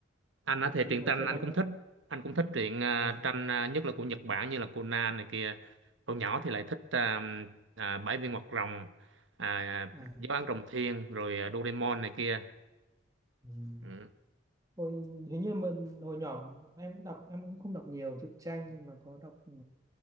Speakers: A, on the right; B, on the right.
A: anh
B: thì,
A: á
B: nhưng
A: thì truyện
B: mà
A: tranh
B: chuyện
A: anh
B: anh
A: cũng
B: đã
A: thích anh cũng thích truyện à,
B: là
A: tranh à, nhất là của Nhật Bản như là Conan này kia hồi nhỏ thì lại thích à, à, Bảy viên hoạt rồng à, à,
B: à,
A: Giáo án rồng thiên rồi à, Doraemon này kia
B: ừ.
A: ừ.
B: hồi hình như mình hồi nhỏ em cũng đọc em cũng không đọc nhiều truyện tranh nhưng mà có đọc ừ,